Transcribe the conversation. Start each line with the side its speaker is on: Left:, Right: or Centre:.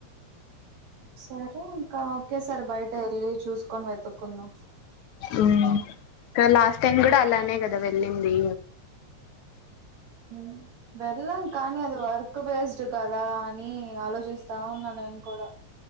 Right: సరే ఇంక ఓకే సారి బయట వెళ్ళి చూస్ కోని వెతుక్కుందాం
Left: ఉమ్ క లాస్ట్ టైమ్ కూడా అలా నే కదా వెళ్లింది
Right: ఊ వెల్లాం కానీ అది వర్క్ బేస్ చు కదా అని ఆలోచిస్తా ఉన్నా నేను కూడా